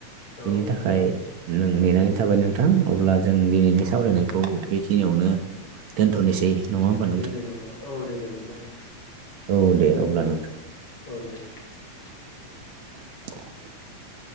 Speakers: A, on the left; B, on the right.
A: औ
B: बिनि
A: औ
B: थाखाय
A: नोंथां
B: नों नेनानै थाबाय नोंथां अब्ला जों दिनैनि सावरायनायखौ बेखिनियावनो दोनथ'नोसै। नङा होमबा
A: दे दे नोंथां औ दे दे नोंथां दे।
B: औ दे अब्ला नोंथां
A: औ दे उम।
B: <inaudible>